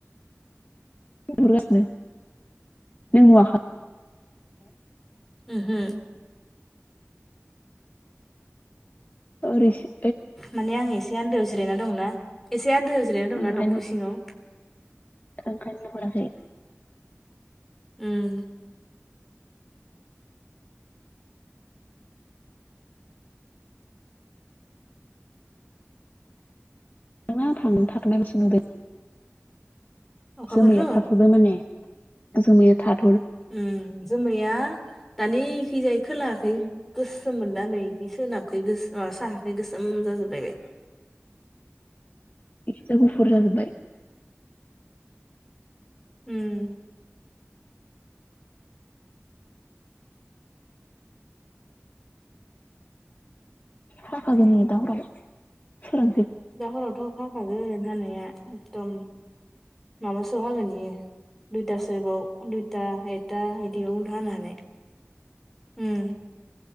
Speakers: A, on the left; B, in the centre.
A: गुफुर गासिनो नों नुवाख
B: उमहो
A: ओरैसो
B: माने आं एसे आन्दोआव जिरायना दंना एसे आन्दोआव जिरायना दंना
A: ओंखायनो
B: दंफां सिङाव <inaudible>
A: ओंखायनो मोनाखै।
B: उम
A: थांना थाङो थाथ'नाय बोसो नुदों
B: अखाफोरखौ
A: जोमैया थाथ'दों माने जोमैया थाथ
B: उम जोमैया दानि खिजायै खोलायाखै गोसोमोन दा नै सोनाबखै गोसो माबा साहाखै गोसोम जाजोबलायबाय। <inaudible>
A: एसे गुफुर जाजोब्बाय
B: उम
A: थाखाजोंनो दावराव फोरा
B: दा हरावथ' अखा हाखागोन हानाया एकदम माबासोआव हागोन बियो दुइथासो बाव दुइथा एथा बिदियाव हानो हानाय ओम